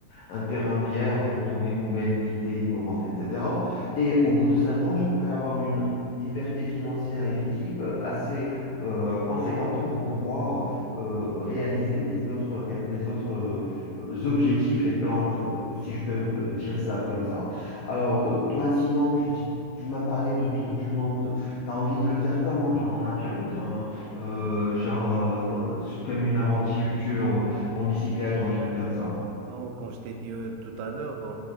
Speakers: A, on the left; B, on the right.
A: un terrain vierge pour les nouvelles idées innovantes, etc. Et au bout de cinq ans, je pourrais avoir une liberté financière et physique assez euh, conséquente pour pouvoir euh, réaliser mes autres, ré- mes autres euh, euh, objectifs et plans, euh, si je peux me- euh, dire ça comme ça. Alors, euh, toi, sinon, tu dis- Tu m'as parlé de tour du monde. T'as envie de le faire comment? Genre en avion, bien, euh, genre euh, dans- euh, comme une aventure euh, en bicyclette ou un truc comme ça.
B: Non, quand je t'ai dit euh, tout à l'heure en,